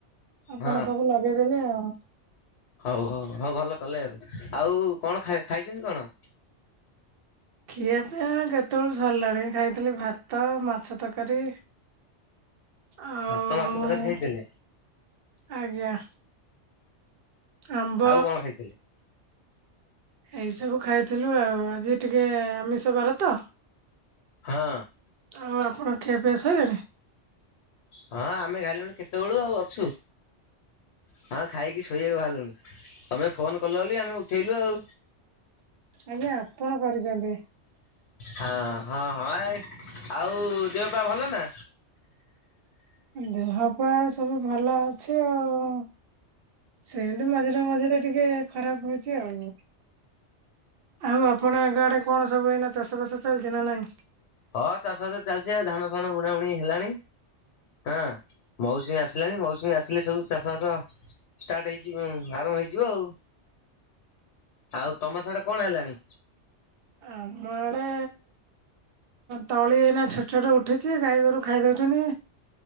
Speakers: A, on the right; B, on the left.
A: ଆପଣ
B: ହଁ
A: ପାକୁ ଲଗେଇଦେଲେ ଆଉ।
B: ହଉ ହଉ ହଉ ଭଲ କଲେ ଆଉ ଆଉ କଣାଇ ଖାଇଛନ୍ତି କଣ?
A: ଖିଆ ପାଇଁ କେତେବେଳୁ ସରିଲାଣି ଖାଇଥିଲି ଭାତ ମାଛ ତରକାରୀ।
B: ହୁଁ।
A: ଆଉ
B: ଭାତ ମାଛ ତରକାରୀ ଖାଇଦଲେ
A: ଆଜ୍ଞା। ଆମ୍ବ
B: ଆଉ କଣ ଖାଇଥିଲେ?
A: ଏଇ ସବୁ ଖାଇଥିଲୁ ଆଉ ଆଜି ଟିକେ ଆମିଷ ବାର ତ
B: ହଁ
A: ଆଉ ଆପଣ କେବେ ସରିଲଣି।
B: ହଁ ଆମେ ଘାଇଲୁଣି କେତେବେଳୁ ଆଉ ଅଛୁ। ହଁ ଖାଇକି ଶୋଇବାକୁ ବାହାରିଲୁନଣି ତମେ ଫୋନ କଲ ବୋଲି ଆମେ ଉଠେଇଲୁ ଆଉ।
A: ଆଜ୍ଞା ଆପଣ କରିଛନ୍ତି।
B: ହଁ ହଁ ହଁ ଏ ଆଉ ଦେହପ ଭଲ ନା?
A: ଦେହ ପା ସବୁ ଭଲ ଅଛି ଆଉ। ସେମିତି ମଝିରେ ମଝିରେ ଟିକେ ଖରାପ ହଉଛି ଆଉ। ଆଉ ଆପଣଙ୍କ ଆଡେ କଣ ସବୁ ଏଇ ଚାଷ ବାସ ଚାଲିଛି ନା ନାଇଁ?
B: ହଁ ତା ସହିତ ଚାଲିଚ ଧାନ ଫାନ ବୁଣା ବୁଣି ହେଲାଣି। ହଁ ମଉସୁମୀ ଆସିଲାଣି ମଉସୁମୀ ଆସିଲେ ସବୁ ଚାଷ ବାସ ଷ୍ଟାର୍ଟ ହେଇଯିବ ଆରମ୍ଭ ହେଇଯିବ ଆଉ। ଆଉ ତମ ସଡେ କଣ ହେଲାଣି?
A: ଆମ ଆଡେ ତଳି ଏଇନା ଛୋଟ ଛୋଟ ଉଠିଛି ଗାଈ ଗୋରୁ ଖାଇ ଦଉଚୁନି।